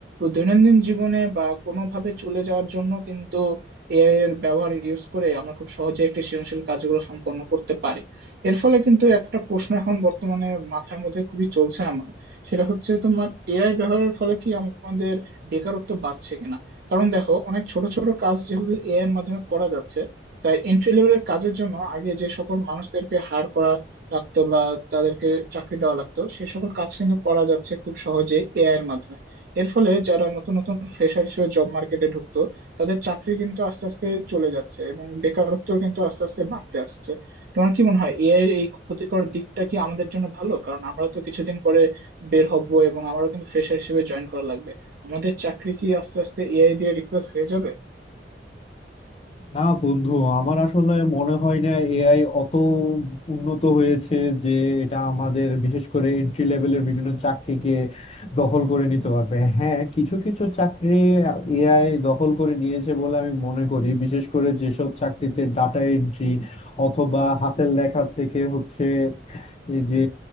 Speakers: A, on the right (about 60°); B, on the left (about 35°).
A: দৈনন্দিন জীবনে বা কোনোভাবে চলে যাওয়ার জন্য কিন্তু এআই এর ব্যবহার ইউজ করে আমরা খুব সহজে একটি সৃজনশীল কাজগুলো সম্পন্ন করতে পারি এর ফলে কিন্তু একটা প্রশ্ন এখন বর্তমানে মাথার মধ্যে খুবই চলছে আমার সেটা হচ্ছে তোমার এআই ব্যবহারের ফলে কি আমাদের বেকারত্ব বাড়ছে কিনা কারণ দেখো অনেক ছোট ছোট কাজ যেহেতু এআই এর মাধ্যমে করা যাচ্ছে তাই এন্ট্রি লেভেলের কাজের জন্য আগে যে সকল মানুষদেরকে হায়ার করা রাখতো বা তাদেরকে চাকরি দেওয়া লাগতো সে সকল কাজ কিন্তু করা যাচ্ছে খুব সহজে এআই এর মাধ্যমে এর ফলে যারা নতুন নতুন ফ্রেশার হিসেবে জব মার্কেটে ঢুকতো তাদের চাকরি কিন্তু আস্তে আস্তে চলে যাচ্ছে এবং বেকারত্ব কিন্তু আস্তে আস্তে বাড়তে আসছে তোমার কি মনে হয় এআই এর এই ক্ষতিকর দিকটা কি আমাদের জন্য ভালো কারণ আমরা তো কিছুদিন পরে বের হব এবং আমারও কিন্তু ফ্রেশার হিসেবে জয়েন করা লাগবে আমাদের চাকরি কি আস্তে আস্তে এআই দিয়ে রিপ্লেস হয়ে যাবে
B: না বন্ধু আমার আসলে মনে হয় না এআই অত উন্নত হয়েছে যে এটা আমাদের বিশেষ করে এন্ট্রি লেভেলের বিভিন্ন চাকরিকে দখল করে নিতে পারবে হ্যাঁ কিছু কিছু চাকরি এআই দখল করে নিয়েছে বলে আমি মনে করি বিশেষ করে যেসব চাকরিতে ডাটা এন্ট্রি অথবা হাতের লেখা থেকে হচ্ছে এই যে